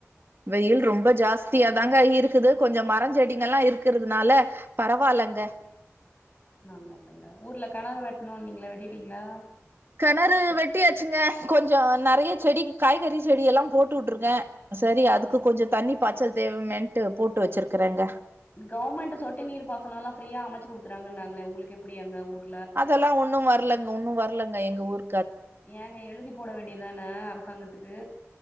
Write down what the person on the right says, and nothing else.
வெயில் ரொம்ப ஜாஸ்தியாதாங்க இருக்குது கொஞ்சம் மரஞ் செடிங்கல்லா இருக்கிறுதுனால பரவாலங்க
கெணறு வெட்டியாச்சுங்க கொஞ்சோ நறைய செடிக்கு காய்கறி செடி எல்லா போட்டு உட்டுருக்கே சரி அதுக்கு கொஞ்சோ தண்ணி பாய்ச்சல் தேவமேன்ட்டு போட்டு வச்சிருக்குறேங்க
அதெல்லா ஒன்னு வர்லங்க ஒன்னு வர்லங்க எங்க ஊரு